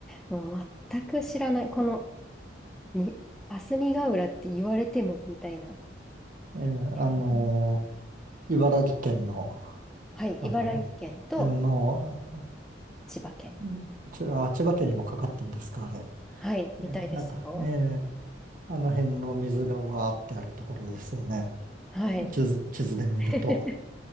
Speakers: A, in the centre; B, on the right (about 45°).
A: もう全く知らない。この、に、霞ヶ浦って言われても、みたいな。
B: えーあのー
A: うん
B: 茨城県の、
A: はい、
B: あの、
A: 茨城県と
B: 天皇、
A: 千葉県。
B: うんち、あ、千葉県にもかかってんですか、あれ。
A: はい、
B: えーなんか、
A: みたいですよ。
B: えーあの辺の水がわーってあるところですよね。
A: はい。
B: 地図、地図で見ると。
A: <laughs>